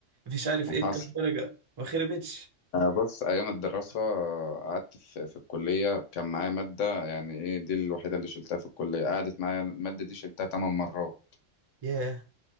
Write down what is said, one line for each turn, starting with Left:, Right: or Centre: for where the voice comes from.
Right: مش عارف ايه بكام
Left: حصل
Right: درجة ما خربتش
Left: أنا بص أيام الدراسة قعدت في, في الكلية كان معايا مادة يعني إيه دي الوحيدة اللي شلتها في الكلية قعدت معايا المادة دي شلتها تمن مرات
Right: ياه